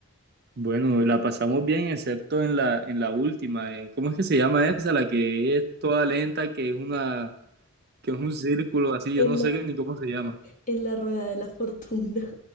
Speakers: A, on the right; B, on the left.
A: Bueno, la pasamos bien, excepto en la, en la última. eh. ¿Cómo es que se llama esa? La que es toda lenta, que es una, que es un círculo así,
B: En
A: yo no
B: la,
A: sé ni cómo se llama.
B: en la rueda de la fortuna.